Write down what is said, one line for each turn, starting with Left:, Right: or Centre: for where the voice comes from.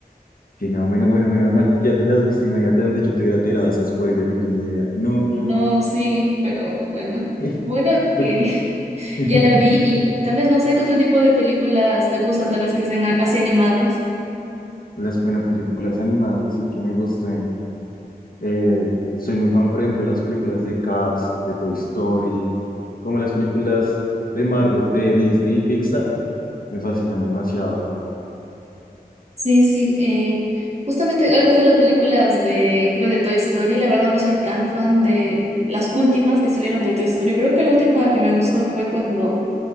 Left: Que no, menos, bueno, menos mal, ya te las viste, imagínate donde yo te hubiera tirado ese spoiler y tú ni idea. No,
Right: No, sí, pero bueno,
Left: <laughs>
Right: bueno que
Left: Tú-
Right: <laughs>
Left: <laughs>
Right: ya la vi y tal vez no sé qué otro tipo de películas te gustan, tal vez que sean así animadas.
Left: las buenas películas animadas, así que me gustan. Eh, soy muy fan, por ejemplo, de las películas de Cars, de Toy Story, como las películas de Marvel, de Disney y Pixar, me fascinan demasiado.
Right: Sí, sí, eh, justamente hablas de las películas de, creo, de Toy Story, la verdad no soy tan fan de las últimas que salieron de Toy Story, creo que la última que me gustó fue cuando